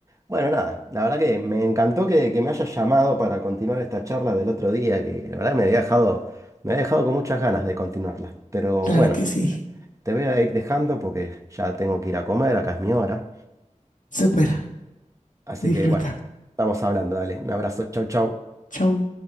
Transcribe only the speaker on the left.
Claro
que sí.
Supera.
Disfruta.
Chau.